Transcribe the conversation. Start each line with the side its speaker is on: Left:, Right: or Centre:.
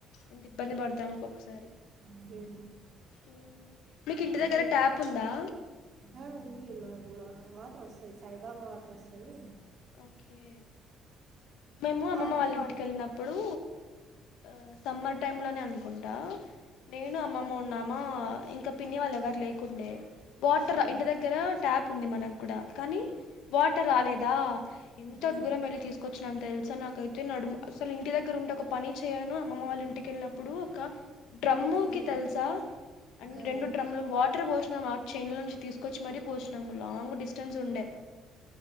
Left: ఇంత ఇబ్బంది పడతాము ఒక్కొక్కసారి.
Right: ఫలి
Left: మ్మ్. మీకు ఇంటి దగ్గర
Right: చెప్తా
Left: ట్యాప్ ఉందా
Right: ఆ ఉంది మాకు మా వాటర్ వస్త సాయిబాబా వాటర్ వస్తాయి
Left: ఓకే మేము
Right: మార్నింగ్
Left: అమ్మమ్మ వాళ్ళ ఇంటిక వెళ్ళినప్పుడు ఆ సమ్మర్ టైమ్ లోనే అనుకుంటా నేను అమ్మ మన్నామా ఇంకా పిన్ని వాళ్ళ ఎవరు లేకుండే వాటర్
Right: ఆ,
Left: ఇంటి దగ్గర ట్యాప్ ఉంది మనకు కూడా కానీ వాటర్ రాలేదా ఎంత
Right: ఆ,
Left: దూరం వెళ్ళి తీసుకచ్చిన అంత తెలుసా నాకైతే నడుము అసలు ఇంటి దగ్గర ఉంటే ఒక పని చేయను అమ్మ వాళ్ళ ఇంటికెళ్ళినప్పుడు ఒక డ్రమ్ముకి
Right: ఆ,
Left: తెలుసా. అ
Right: ఆ.
Left: రెండు డ్రమ్ములు వాటర్ పోసినాము ఆ చైన్ల నుంచి తీసుకొచ్చి మరీ పోసినాము లాంగ్ డిస్టెన్స్ ఉండే